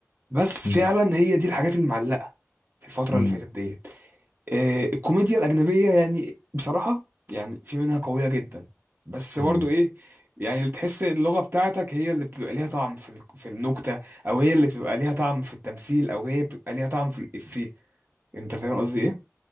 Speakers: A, on the right; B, on the left.
A: بس
B: مم.
A: فعلا هي دي الحاجات اللي معلقه في الفترة
B: مم.
A: اللي فاتت ديت آه، الكوميديا الأجنبية يعني بصراحة يعني في منها قوية جدا بس
B: مم.
A: برضه إيه يعني اللي تحس اللغة بتاعتك هي اللي بتبقى ليها طعم في ال- في النكتة أو هي اللي بتبقى ليها طعم في التمثيل أو هي بتبقى ليها طعم في الإفيه أنت فاهم قصدي إيه؟